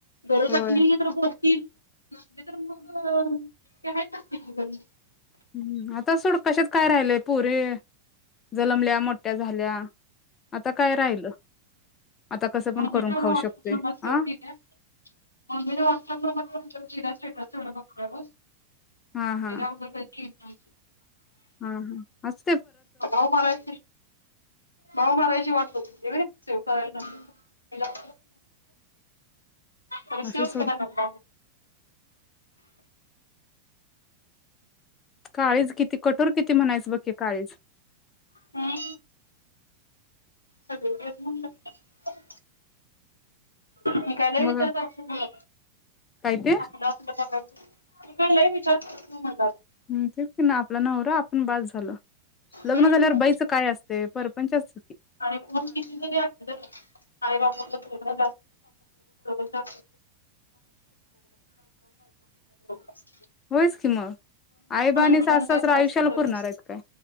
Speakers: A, on the left (about 80°); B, on the left (about 25°).
A: गरोदकली
B: होय
A: तर बोल. तीत नसते तर मग ते हाहेत ना तिघी जनी.
B: ह आता सोड कशात काय राहिलय पोरी जनमल्या मोठ्या झाल्या आता काय राहिलं आता कसं पण
A: मम्मीच
B: करून
A: व्हाट्सअप
B: खाऊ शकतोय
A: नंबर सेव
B: आ
A: केलीयास. मम्मीण व्हाट्सअप नंबर करून सेव्ह केलिया स्टेटस. तेवढं बघ काय बघ
B: हा हा
A: एकाबद्दल कल की काय की
B: हा हा हाच
A: अ भाऊ मरायची भाऊ मरायची वाट बघतोय व्हय? सेव करायला नत तिला तर
B: असं
A: शिवून
B: सोड
A: दिला नंतर <inaudible>
B: काळीज किती कठोर किती म्हणायचं बघकी काळीज.
A: ह सगळी तेच म्हणू लागत्यात. निकाल लई
B: मग
A: विचार करतोय मी.
B: काय ते
A: आपल असलं तरच. तू काय लई विचार करत जाऊ मला
B: हम् तेच ना आपला नवरा आपण बास झाल. लग्न
A: हम्म.
B: झाल्यावर बाईचं काय असतेय पर पंचरच
A: आणि खून किती जरी असल आई बाबाला पोर जा <unintelligible>
B: होयच की म आईबा आणि
A: घेऊन
B: सासू-सासरा
A: काय कोणाचं
B: आयुष्याला
A: पुरत
B: पुरणार
A: नसतं.
B: आहेत काय?